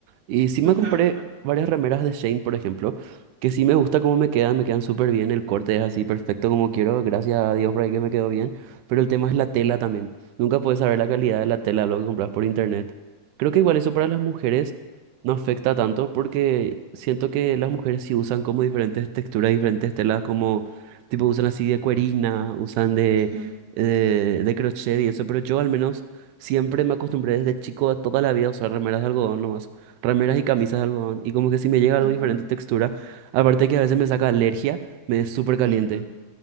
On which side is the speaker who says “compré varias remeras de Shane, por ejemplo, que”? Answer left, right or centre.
Right